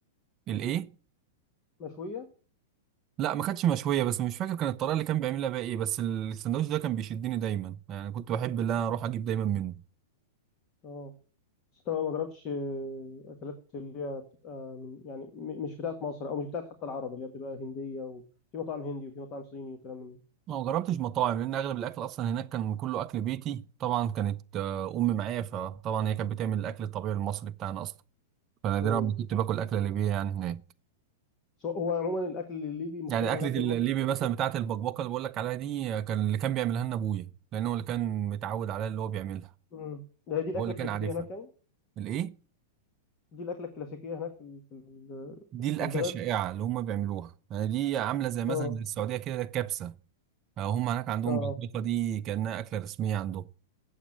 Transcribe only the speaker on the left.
مشويه
اه بس طبعا ما جربتش آه، اكلات اللي هي بتبقى من يعني م- مش بتاعت مصر او مش بتاعت حتى العرب اللي هي بتبقى هنديه وفي مطاعم هندي وفي مطاعم صيني وكلام من ده.
امم
سو- هو عموما الاكل الليبي مختلف
عن الاكل
المصري في حاجات
كتير
امم ده هي دي الاكله
الكلاسيكيه
هناك يعني
دي الاكله الكلاسيكيه هناك في ال- في ال-
في البلد
اه
اه